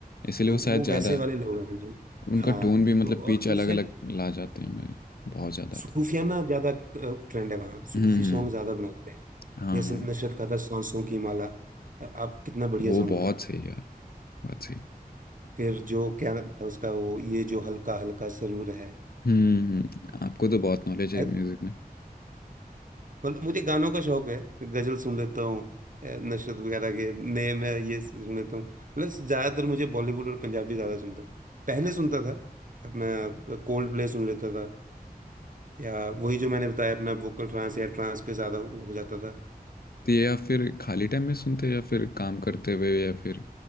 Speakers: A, on the left (about 70°); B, on the right (about 55°).
A: इसलिए
B: तो
A: वो
B: वो
A: शायद ज़्यादा
B: वैसे वाले लोग हैं जी
A: उनका
B: हाँ
A: टोन भी मतलब
B: तो
A: पिच
B: और उस
A: अलग
B: साइड
A: अलग ला जाते हैं भाई बहुत ज़्यादा
B: सूफियाना
A: तो
B: ज्यादा ट्रेंड है वहाँ सूफी
A: हम्म
B: सॉन्ग
A: हम्म,
B: ज्यादा बनाते हैं
A: हाँ
B: जैसे
A: हाँ
B: नशरत का था सांसों की माला अ- आप कितना बढ़िया
A: वो
B: सॉन्ग
A: बहुत
B: था
A: सही यार बहुत सही
B: फिर जो क्या था उसका वो ये जो हल्का हल्का सरूर है
A: हम्म हम्म, आपको तो बहुत नॉलेज
B: ऐ-
A: है म्यूज़िक में
B: मतलब मुझे गानों का शौक है गजल सुन लेता हूँ अ, नशरत वगैरह के नए मैं ये सुन लेता हूँ प्लस ज्यादातर मुझे बॉलीवुड और पंजाबी ज्यादा सुनता हूँ पहले सुनता था अपना कोल्ड प्ले सुन लेता था या वही जो मैंने बताया अपना वोकल ट्रांस या ट्रांस पे ज्यादा हो जाता था
A: तो ये आप फिर खाली टाइम में सुनते हो या फिर काम करते हुए या फिर